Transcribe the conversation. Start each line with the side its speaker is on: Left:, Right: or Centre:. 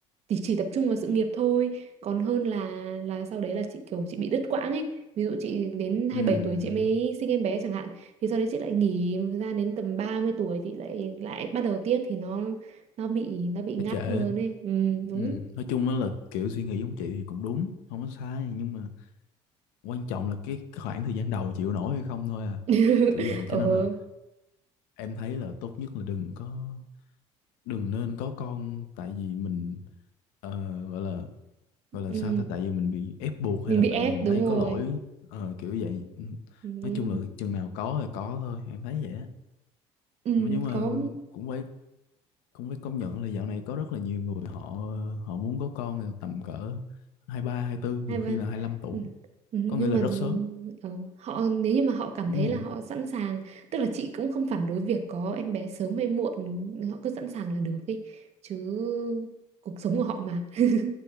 Right: thì chỉ tập trung vào sự nghiệp thôi còn hơn là là sau đấy là chị kiểu chị bị đứt quãng ấy ví dụ chị đến hai
Left: ừm,
Right: mươi bảy tuổi chị mới sinh em bé chẳng hạn thì sau đấy chị lại nghỉ một thời gian đến tầm 30 tuổi chị lại lại bắt đầu tiếp thì nó nó bị nó bị ngắt
Left: nó trễ
Right: hơn ấy ừ, đúng
Left: Ừm, nói chung á là kiểu suy nghĩ giống chị thì cũng đúng không có sai nhưng mà quan trọng là cái khoảng thời gian đầu chịu nổi hay không thôi à
Right: <laughs>
Left: kiểu vậy
Right: ờ
Left: cho nên là em thấy là tốt nhất là đừng có đừng nên có con tại vì mình ờ, gọi là gọi là
Right: ừ.
Left: sao ta tại vì mình bị ép buộc
Right: mình
Left: hay là
Right: bị ép
Left: tại vì mình
Right: đúng
Left: thấy
Right: rồi
Left: có lỗi ờ, kiểu vậy Ừ.
Right: ừ.
Left: nói chung là chừng nào có thì có thôi em thấy vậy á
Right: Ừ.
Left: Mà nhưng mà
Right: có
Left: cũng phải cũng phải công nhận là dạo này có rất là nhiều người họ họ muốn có con thì tầm cỡ hai ba hai tư nhiều
Right: hai ba
Left: khi là hai lăm tuổi
Right: ừ. Ừ, nhưng
Left: có nghĩa là
Right: mà
Left: rất sớm
Right: ờ, họ nếu như mà họ cảm
Left: ừ.
Right: thấy là họ sẵn sàng tức là chị cũng không phản đối việc có em bé sớm hay muộn họ cứ sẵn sàng là được đi chứ cuộc sống của họ mà <laughs>